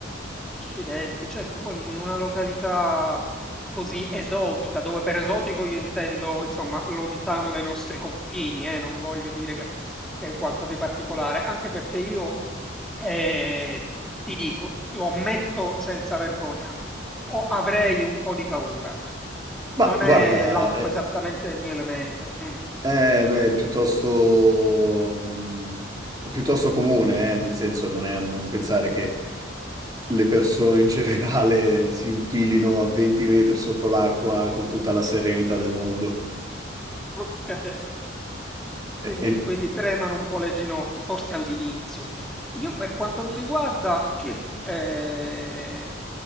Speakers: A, in the centre; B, on the right (about 20°).
A: Accidenti, certo, poi in una località così esotica, dove per esotico io intendo, insomma, lontano dai nostri confini, eh, non voglio dire che è qualcosa di particolare, anche perché io eh, ti dico, lo ammetto senza vergogna, ho- avrei un po' di paura.
B: Ma
A: Non
B: guarda,
A: è l'acqua
B: è,
A: esattamente il mio elemento. Mm.
B: è- è piuttosto, mm, è piuttosto comune, eh, nel senso non è a non pensare che le persone in generale si infilino a 20 metri sotto l'acqua con tutta la serenità del mondo.
A: Okay. Quindi
B: E- e-
A: quindi tremano un po' le ginocchia, forse all'inizio. Io per quanto mi riguarda, <clears throat> ehm,